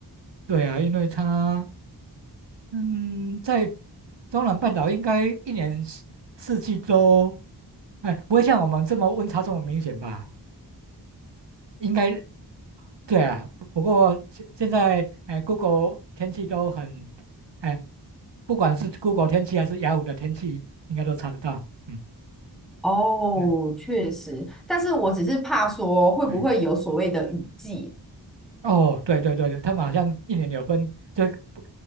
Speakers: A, on the right; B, in the centre.
A: 对啊，因为他嗯，在中南半岛应该一年四四季都，哎，不会像我们这么温差这么明显吧？应该对啊，不不过现现在，哎，Google 天气都很，哎，不管是 Google 天气还是雅虎的天气，应该都查得到。嗯
B: 哦，
A: 嗯
B: 确实，但是我只是怕说会不会有所谓的雨季
A: 嗯。哦，对对对对，他们好像一年有分，就不